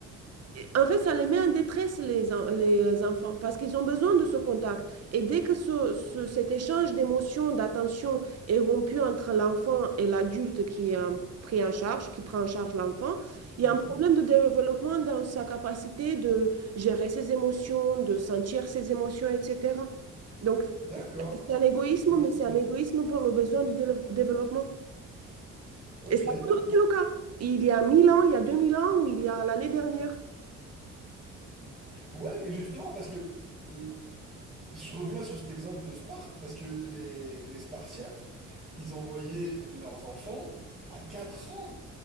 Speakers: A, on the right; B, on the right.
A: et En fait, ça les met en détresse, les, en- les euh, enfants, parce qu'ils ont besoin de ce contact. Et dès que ce, ce- cet échange d'émotions, d'attention est rompu entre l'enfant et l'adulte qui est en- pris en charge, qui prend en charge l'enfant, il
B: Mhm.
A: y a un problème de développement dans sa capacité de gérer ses émotions, de sentir ses émotions, etc. Donc,
B: D'accord.
A: c'est un égoïsme,
B: Effectivement.
A: mais c'est un égoïsme pour le besoin du dé- développement.
B: Ok.
A: Et ça a toujours été le cas. Il y a 1000 ans, il y a 2000 ans, ou il y a l'année dernière.
B: Ouais, mais justement, parce que euh, je reviens sur cet exemple de Sparte, parce que les, les Spartiates, ils envoyaient leurs enfants à 4 ans